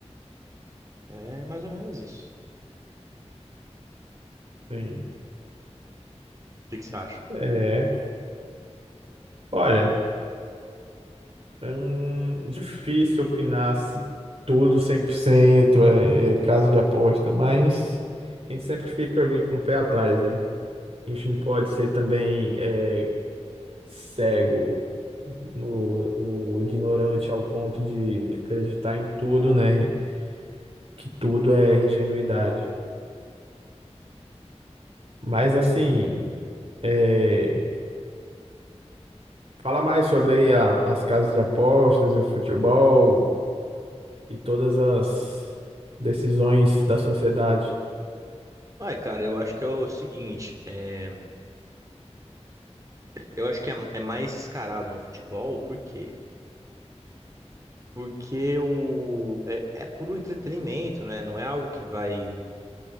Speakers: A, on the right; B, on the right.
A: É mais ou menos isso.
B: Sim.
A: O que que você acha?
B: É. Olha, é hum, difícil opinar se tudo 100% é casa de aposta, mas a gente sempre fica ali com o pé atrás, né? A gente não pode ser também é, cego, o, o ignorante ao ponto de acreditar em tudo, né? Que tudo é ingenuidade. Mas assim. é Fala mais sobre aí a- as casas de apostas e o futebol e todas as decisões da sociedade,
A: Ué, cara, eu acho que é o seguinte, é, eu acho que é, é mais escarado no futebol, por quê? Porque o, é, é puro entretenimento, né? Não é algo que vai